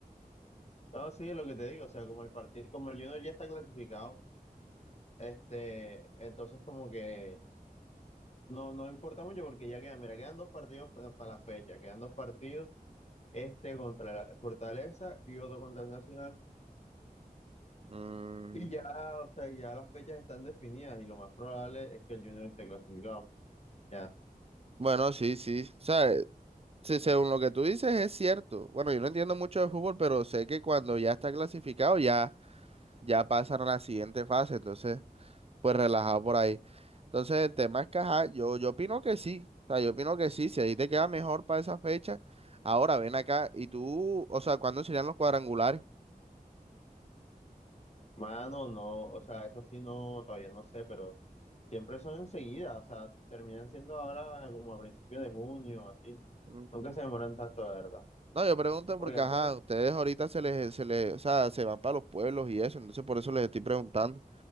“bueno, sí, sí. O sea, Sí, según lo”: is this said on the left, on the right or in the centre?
Right